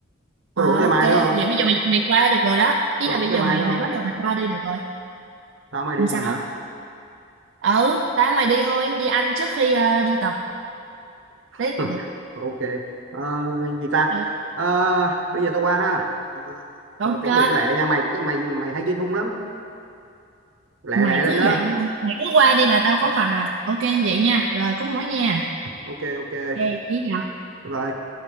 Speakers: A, on the right; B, on the right.
A: có
B: Rồi,
A: rủ thêm
B: ok.
A: ai nữa không
B: Vậy bây giờ mày, mày qua được rồi đó. Ý
A: có
B: là
A: rủ
B: bây
A: thêm
B: giờ
A: ai
B: mày
A: nữa không
B: mày bắt đầu mày qua đi được rồi.
A: tao mày đi
B: Làm sao?
A: thôi hả
B: Ừ, tao mày đi thôi. Đi ăn trước khi ờ, đi tập.
A: <laughs>
B: Đấy là được.
A: ok Ờ, gì ta
B: Ok.
A: Ờ, bây giờ tao qua ha Ờ,
B: Ok.
A: tao chuẩn bị lẹ nha mày cái mày mày hay ghi thun lắm lẹ
B: Mày
A: lẹ lên
B: cứ
A: đó
B: vậy. Mày cứ qua đi là tao có mặt à. Ok, vậy nha. Rồi, cúp máy nha.
A: ok ok bye
B: Ok, ý gặp.
A: bye